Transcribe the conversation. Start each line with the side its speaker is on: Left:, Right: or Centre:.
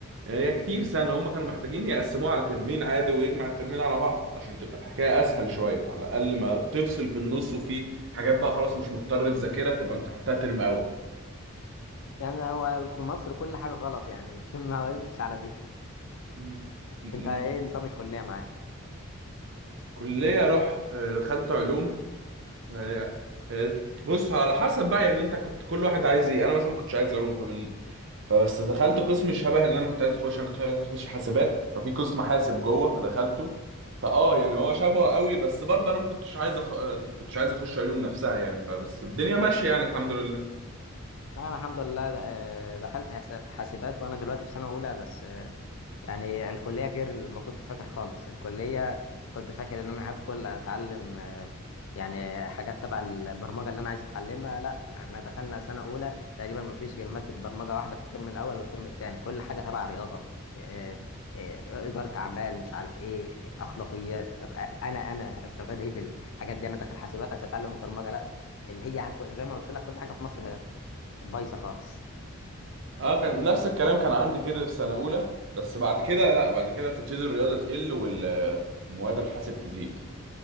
Right: يعني هي كتير سنه هم كانوا محتاجين يقسموها على ترمين عادي ويجمع الترمين على بعض عشان تبقى الحكايه اسهل شويه على الاقل ما تفصل في النص وفي حاجات بقى خلاص مش مضطر تذاكرها تبقى امتحنتها ترم اول
Left: يعني هو في مصر كل حاجة غلط يعني مش <laughs> ما وقفتش على دي
Right: <laughs>
Left: أنت إيه نظام الكلية معاك؟
Right: كليه رحت آه، دخلت علوم هي- هي- بص على حسب بقى يعني انت كنت كل واحد عايز ايه انا مثلا ما كنتش عايز علوم فمن فبس دخلت قسم شبه اللي انا كنت عايز اخش انا كنت عايز اخش حاسبات ففي قسم حاسب جوه فدخلته فاه يعني هو شبهه قوي بس برضه انا ما كنتش عايز أخ... ما كنتش عايز اخش علوم نفسها يعني فبس الدنيا ماشيه يعني الحمد لله
Left: لا انا الحمد لله د- آه، دخلت حسا- حاسبات وانا دلوقتي في سنه اولى بس آه، يعني الكليه غير اللي ما كنت فاكر خالص الكليه كنت فاكر ان انا هدخل اتعلم آه، يعني حاجات تبع البرمجه اللي انا عايز اتعلمها لا احنا دخلنا سنه اولى تقريبا ما فيش غير ماده برمجه واحده في الترم الاول والترم الثاني كل حاجه تبع رياضه آه، آه، آه، اداره اعمال مش عارف ايه اخلاقيات طب أ- انا انا استفاد ايه بالحاجات دي انا داخل حاسبات عشان اتعلم برمجه لا اللي هي زي ما قلت لك كل حاجه في مصر بايظه خالص
Right: اه كان نفس الكلام كان عندي كده في سنه اولى بس بعد كده لا بعد كده تبتدي الرياضه تقل والمواد الحاسب تزيد